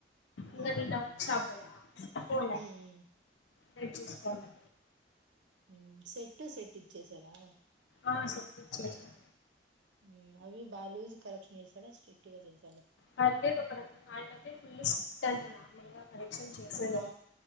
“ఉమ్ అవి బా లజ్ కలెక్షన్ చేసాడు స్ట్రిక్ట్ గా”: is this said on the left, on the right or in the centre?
Right